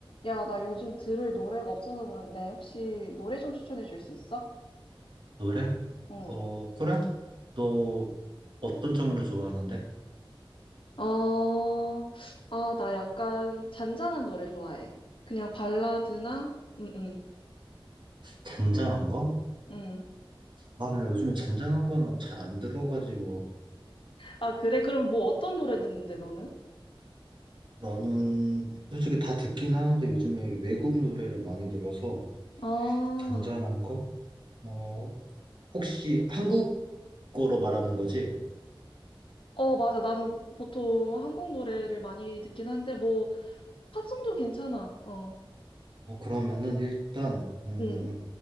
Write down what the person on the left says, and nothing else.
야, 나 요즘 들을 노래가 없어서 그런데 혹시 노래 좀 추천해 줄 수 있어?
응.
어, 아, 나 약간 잔잔한 노래 좋아해. 그냥 발라드나? 응, 응,
응.
아, 그래? 그럼 뭐 어떤 노래 듣는데, 너는?
아,
어, 맞아. 나는 보통 한국 노래를 많이 듣긴 한데, 뭐, 팝송도 괜찮아. 어,
응